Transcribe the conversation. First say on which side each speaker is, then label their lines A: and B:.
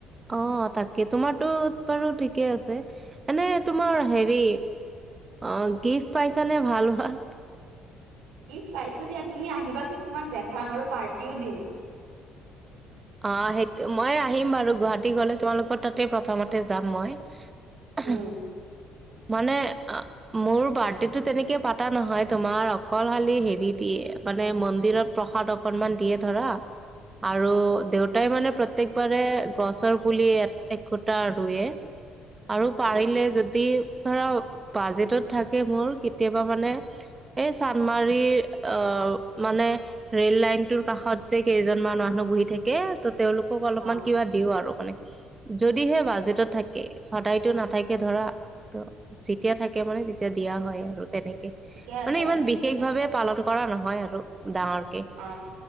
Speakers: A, on the right; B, on the right.
A: অ তাকে তোমাৰটো বাৰু ঠিক। ঠিকেই আছে এনে তোমাৰ হেৰি অ গিফ্ট পাইছানে ভাল ভাল।
B: দিম পাইছো দিয়া তুমি আহিবাচোন তোমাক দেখাম আৰু পাৰ্টিও দিম।
A: অ সেইটো মই আহিম বাৰু গুৱাহাটী গলে তোমালোকৰ তাতে প্ৰথমতে যাম মই। এ হে
B: উম
A: মানে মোৰ বাৰ্থডেটো তেনেকে পাতা নহয় তোমাৰ অকল খালি হেৰি দিয়ে, মানে মন্দিৰত প্ৰসাদ অকনমান দিয়ে ধৰা আৰু দেউত- তই মানে প্ৰত্যেকবাৰে গছৰ পুলি এক একোটা ৰুৱে। আৰু পাৰিলে
B: উম
A: যদি ধৰা বাজেটত
B: উম
A: থাকে মোৰ কেত- তে বা মানে এই চানমাৰীৰ অ মানে ৰেল লাইনটোৰ কাষত তে কেইজন মান মানুহ বহি থাকে ত' তেওঁলোকক অলপমান
B: অ
A: কিবা দিও আৰু মানে। যদিহে বাজেটত থাকে সদায়তো নাথাকে ধৰা। ত যেতিয়া থাকে মানে তেতিয়া দিয়া হয় আৰু। তেনেকে
B: ঠিকে আছে
A: মানে ইমান বিশেষ
B: ঠিকে
A: ভাৱে
B: আছে
A: পালন কৰা নহয় আৰু। ডাঙৰকে।
B: অ